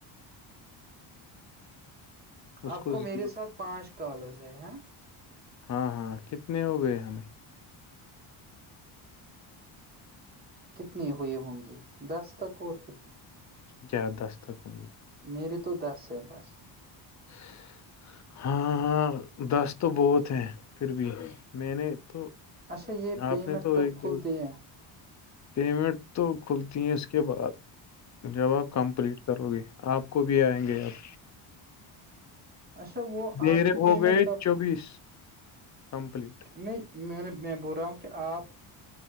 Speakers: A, on the left; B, on the right.
A: اس
B: آپ کو
A: زیرو-
B: میرے ساتھ پانچ کالز ہے نا
A: ہاں ہاں کتنے ہو گئے ہمیں
B: کتنے ہوئے ہوں گے دس تک اور کتنا
A: کیا دس تک ہوں گے
B: میرری تو دس ہے بس
A: <inaudible> ہاں ہاں دس تو بہت ہیں پھر بھی میں نے تو
B: اچھا یہ پیمنٹ
A: آپ نے تو
B: کب
A: ایک
B: کھلتی
A: دو
B: ہے
A: پیمنٹ تو کھلتی ہیں اس کے بعد جب آاب کمپلیٹ کرو گے آپ کو بھی آئیں گے آپ
B: اچھا وہ
A: میرے
B: آپ کی
A: ہو
B: پیمنٹ
A: گئے
B: کب
A: چوبیس کمپلیٹ
B: نہیں میں میں بول رہا ہوں کہ آپ